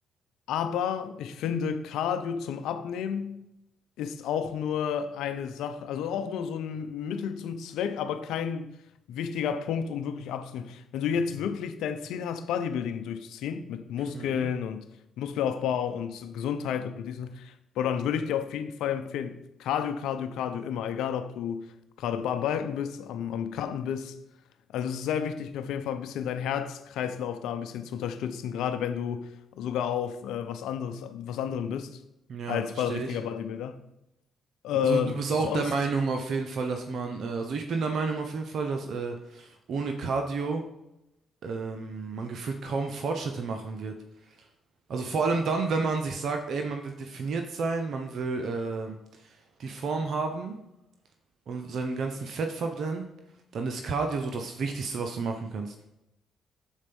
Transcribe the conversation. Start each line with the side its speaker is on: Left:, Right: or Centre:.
Left: Aber ich finde, Cardio zum Abnehmen ist auch nur eine Sache, also auch nur so ein Mittel zum Zweck, aber kein wichtiger Punkt, um wirklich abzunehmen. Wenn du jetzt wirklich dein Ziel hast, Bodybuilding durchzuziehen, mit Muskeln
Right: Mhm.
Left: und Muskelaufbau und Gesundheit und diesen, boah, dann würde ich dir auf jeden Fall empfehlen, Cardio, Cardio, Cardio immer, egal ob du gerade am Balken bist, am, am Cutten bist. Also es ist sehr wichtig, auf jeden Fall ein bisschen deinen Herzkreislauf da ein bisschen zu unterstützen, gerade wenn du sogar auf äh, was anderes, was anderem bist,
Right: Ja,
Left: als
Right: verstehe
Left: bei richtiger
Right: ich.
Left: Bodybuilder. Äh,
Right: Also du bist
Left: sonst,
Right: auch der Meinung auf jeden Fall, dass man, äh, also ich bin der Meinung auf jeden Fall, dass äh, ohne Cardio ähm, man gefühlt kaum Fortschritte machen wird. Also vor allem dann, wenn man sich sagt, ey, man will definiert sein, man will äh, die Form haben und seinen ganzen Fett verbrennen, dann ist Cardio so das Wichtigste, was du machen kannst.